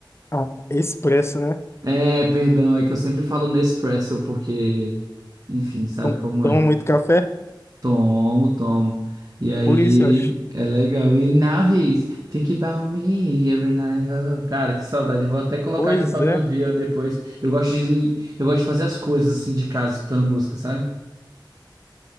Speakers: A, on the left; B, on the right.
A: Ah, expresso, né?
B: É, perdão, é que eu sempre falo Nespresso porque enfim, sabe
A: Tom-
B: como
A: Toma
B: é.
A: muito café?
B: Tomo, tomo. E aí,
A: Por isso, eu acho.
B: é legal. E now he's think about me every night. oh. Cara, que saudade. Eu Vou até colocar
A: Pois
B: aqui pra me
A: é,
B: ouvir ó, depois. Eu gosto de, eu gosto de fazer as coisas assim de casa, escutando música, sabe?